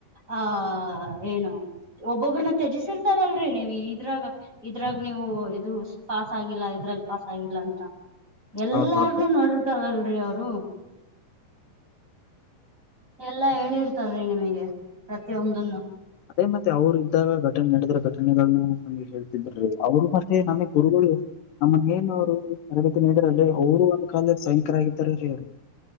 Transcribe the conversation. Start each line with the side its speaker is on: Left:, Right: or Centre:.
Right: ಆ ಏನು ಒಬ್ಬೊಬ್ಬ್ರನ್ನ ತ್ಯಜಿಸಿರ್ತಾರಲ್ರಿ ನೀವು್ ಇದ್ರಾಗ ಇದ್ರಾಗ ನೀವು ಇದು ಪಾಸ್ ಆಗಿಲ್ಲ ಇದ್ರಲ್ಲಿ ಪಾಸ್ ಆಗಿಲ್ಲ ಅಂತ. ಎಲ್ಲಾರ್ನುೂ
Left: ಹೌದ್ ಹೌದ್ರಿ
Right: ನೋಡಿರ್ತಾರಲ್ರಿ ಅವರು. ಎಲ್ಲಾ ಹೇಳಿರ್ತಾರಿ ನಿಮಗೆ ಪ್ರತಿಯೊಂದನ್ನು.
Left: ಅದೇ ಮತ್ತೆ ಅವ್ರು ಇದ್ದಾಗ ಘಟನೆ ನಡೆದ್ರೆ ಘಟನೆಗಳನ್ನ ನ ಹೇಳ್ತಿದ್ರೀ ಅವ್ರು ಮತ್ತೆ ನಮಗೆಗ್ ಗುರುಗಳು ನಮ್ಮನ್ ಏನ್ ಅವರು ತರಬೇತಿ ನೀಡರಲ್ಲಿ ಅವರು ಒಂದ್ ಕಾಲದಲ್ಲಿ ಸೈನಿಕರಾಗಿದವರು.